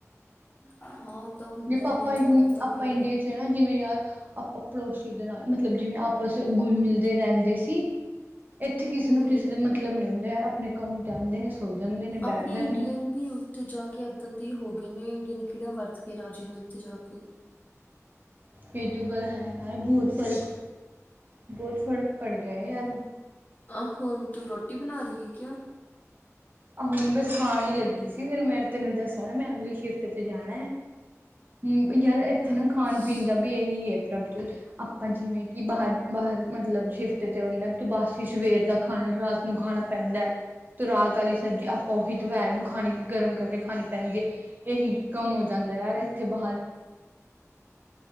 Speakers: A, on the left (about 30°); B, on the right (about 35°).
A: ਹਾਂ। ਤਾਂ ਹੁੰਦਾ
B: ਜੇ ਪਾਪਾ
A: ਹੀ ਹੈ ਬਾਹਰ ਤਾਂ
B: ਆਪਾਂ
A: ਫਿਰ
B: ਇੰਡੀਆ ਚ ਹੈ ਨਾ ਜਿਵੇਂ ਯਾਰ। ਆਪਾਂ ਪੜੋਸੀ ਦੇ ਨਾਲ ਮਤਲਬ ਜਿਵੇਂ ਆਪਸ ਚ ਗੁਲ ਮਿਲ ਕੇ ਰਹਿੰਦੇ ਸੀ। ਇੱਥੇ ਕਿਸੇ ਨੂੰ
A: ਹਮ
B: ਕਿਸੇ ਦਾ ਮਤਲਬ ਨੀ ਹੁੰਦਾ ਯਾਰ ਆਪਣੇ ਕੰਮ ਚਾਹਦੇ ਨੇ ਸੋ ਜਾਂਦੇ ਨੇ
A: ਆਪਣੇ
B: ਬੈਠ ਜਾਂਦੇ
A: ਇੰਡੀਆ
B: ਨੇ
A: ਨੂੰ ਵੀ ਉੱਥੇ ਜਾ ਕੇ ਏਦਾਂ ਦੇ ਹੀ ਹੋ ਗੀ ਏ ਇੰਡੀਆ ਨੇ ਕਿਹੜਾ ਵਰਤ ਕੇ ਰਾਜੇ ਨੇ ਉੱਥੇ ਜਾ ਕੇ।
B: ਇਹ ਤ ਗੱਲ ਹੈ ਯਾਰ ਬਹੁਤ ਫ਼ਰਕ, ਬਹੁਤ ਫ਼ਰਕ ਪੜ ਗਿਆ ਹੈ ਯਾਰ।
A: ਆਹ ਹੁਣ ਤੂੰ ਰੋਟੀ ਬਣਾ ਰਹੀ ਹੈ ਕਿਆ।
B: ਆਹ ਹੁਣ ਬਸ ਖਾਣ ਹੀ ਲੱਗੀ ਸੀ ਫਿਰ ਮੈਂ ਤੈਨੂੰ ਦੱਸਿਆ ਨਾ ਮੈਂ ਅਗਲੀ ਸ਼ਿਫਟ ਤੇ ਜਾਣਾ ਹੈ। ਹਮ ਯਾਰ ਇੱਥੇ ਨਾ
A: ਅੱਛਾ
B: ਖਾਣ ਪੀਣ ਦਾ ਵੀ ਇਹੀ ਹੈ ਪ੍ਰਭਜੋਤ, ਆਪਾਂ ਜਿਵੇਂ ਕਿ ਬਾਹਰ। ਬਾਹਰ ਮਤਲਬ ਸ਼ਿਫਟ ਤੇ ਹੁੰਦੇ ਤੁ ਬਾਸ ਹੀ ਸਵੇਰ ਤੱਕ। ਖਾਣਾ ਰਾਤ ਨੂੰ ਖਾਣਾ ਪੈਂਦਾ ਹੈ, ਤੇ ਰਾਤ ਵਾਲੀ ਸਬਜ਼ੀ ਆਪਾਂ ਉਹੀ ਦੁਪਹਿਰ ਨੂੰ ਖਾਣੀ ਗਰਮ ਕਰਕੇ ਖਾਣੀ ਪੈਂਦੀ ਹੈ, ਇਹੀ ਕੰਮ ਹੋ ਜਾਂਦਾ ਯਾਰ ਇੱਥੇ ਬਾਹਰ।
A: <inaudible>